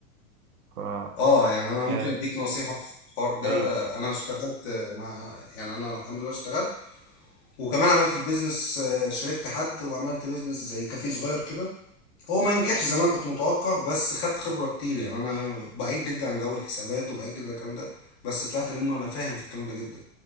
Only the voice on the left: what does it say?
اه يعني انا ممكن
اديك نصيحة في الحوار ده
انا اشتغلت مع يعني انا الحمد لله اشتغلت وكمان عملت البيزنس آه، شاركت حد وعملت بيزنس زي كافيه صغير كده هو ما نجحش زي ما انا كنت متوقع بس خدت خبرة كتير يعني انا بعيد جدا عن جو الحسابات وبعيد جدا عن الكلام ده بس طلعت منه انا فاهم في الكلام ده جدا